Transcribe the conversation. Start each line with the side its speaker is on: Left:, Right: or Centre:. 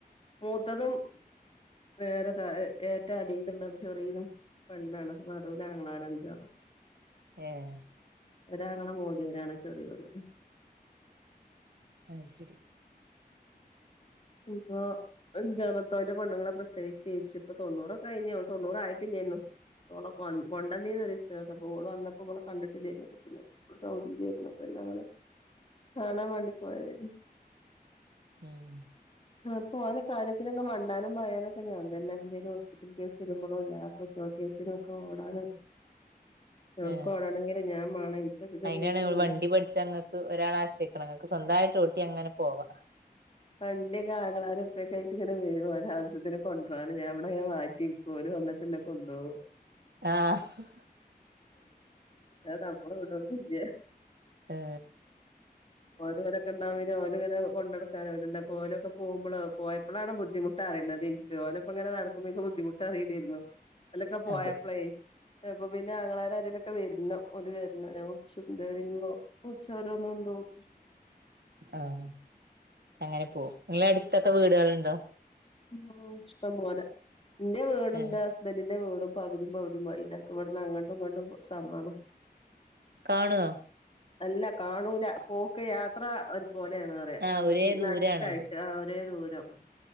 Left: മൂത്തതും നേരെ തയെ ഏറ്റ അടിഡാണ്ടത് ചെറിയതും പെണ്ണാണ് വടുല ആംഗങ്ങളാരഞ്ചാണ്
Right: ഏഹ്
Left: ഒരങ്ങള മോദിലാണ് ചെറിയത് ഉം
Right: അയ് ശരി
Left: ഇതൊ അഞ്ചാമത്തവന്റെ പെണ്ണ്ങ്ങളെ പ്രസവിച്ച്ച്ച് ഇപ്പ തൊണ്ണറൊക്കെ കഴിഞ്ഞള് തൊണ്ണൂറ ആയിട്ടില്ലോന്നോ ഓടെ കൊണ്ട കൊണ്ടന്നീന്നൊരു ഇഷ്ടം ഒക്കെ ഓള് വന്ന്അപ്പൊ ഓള് വന്നപ്പോ ഇവിടെ കണ്ടിട്ടില്ലായിരുന്നു കുട്ടിനെ സൗദിലിരുന്നപ്പോ പിന്നെ അങ്ങനെ കാണാൻ വേണ്ടി പോയരുന്നു
Right: ആഹ്
Left: ആപ്പൊ ഓരോ കാര്യത്തിനുള്ള മ ഒടാനും പയാനൊക്കെ ഞാൻതന്നെ എന്തേലും ഹോസ്പിറ്റൽ കേസ് ഇരുമ്പോഴോ അല്ല പ്രസവ കേസില് ‌ ഒക്കെ ഓടാനും എവിടക്ക്
Right: ആ
Left: ഓടണെങ്കിലും ഞാൻ മാണം എനിക്ക് വെച്ചെങ്കിലും
Right: അയിനാണ് വണ്ടി
Left: ഞാൻ
Right: പഠിച്ച അങ്ങക്ക് ഒരാൾ ആ കേക്കണങ്ങക്ക് സ്വന്തയിട്ട് ഊട്ടി അങ്ങനെ പോവാ
Left: വണ്ടിക്കെ ആങ്ങാളാരൊപ്പൊക്കെയിട്ട് ഇങ്ങനെ വരുംഓരോ ആവശ്യത്തിന് കൊണ്ട പോകന് ഞാൻ ഇവിടെ ഇങ്ങനെ മാറ്റി ഓല് വന്നിട്ടന്നെ കൊണ്ടോകും
Right: ആഹ്
Left: ആ നമ്മൾ ഇവിടൊന്നു ഇല്ല്യ
Right: ഏ
Left: ഓര് വ്ടെ ടെണ്ടാവുമ്പോ പിന്നെ ഓര് ങ്ങനെ കൊണ്ടടക്കാനോല്ണ്ടപ്പോ ഓലൊക്കെ പോകുമ്പളാ പോയപ്പളാണ് ബുദ്ധിമുട്ടറിണതേയ് ക്ക്‌ ഓലെപ്പ ഇങ്ങനെ നടക്കുമ്പൊ ൻക്ക് ബുദ്ധിമുട്ട് അറീലേര്ന്നു ഒല്ലൊക്കെ പോയപ്പളേയ്
Right: അതെ
Left: യപ്പൊ പിന്നെ ആങ്ങളാരാരേലൊക്കെ വെര്ണം ഓല് വെര്ണം ഞാൻ കുചുന്ത കഴിഞ്ഞോ പുട്ച് ഓല് വന്ന് കൊണ്ടോവും
Right: ആഹ് അങ്ങനെ പോവും ഇങ്ങളെ അടുത്തൊക്കെ വീടുകളുണ്ടോ
Left: ഓ ഇഷ്ടം പോലെ ന്റെ വീടും
Right: ഏ
Left: ന്റെ ഹസ് ബന്റിന്റെ വീടും പകുതിം പകുതിം മാരിയാണ് ഞങ്ങക്ക് ഇവട്ന്ന് അങ്ങട്ടും ഇങ്ങട്ടും സമാണ്
Right: കാണോ
Left: അല്ല കാണൂല പോക്ക് യാത്ര ഒര് പോലേണ് പറയാ
Right: ആ
Left: പകുതി
Right: ഒരേ ദൂരാണ്
Left: നടുക്കായിട്ട് ഒരേ ദൂരം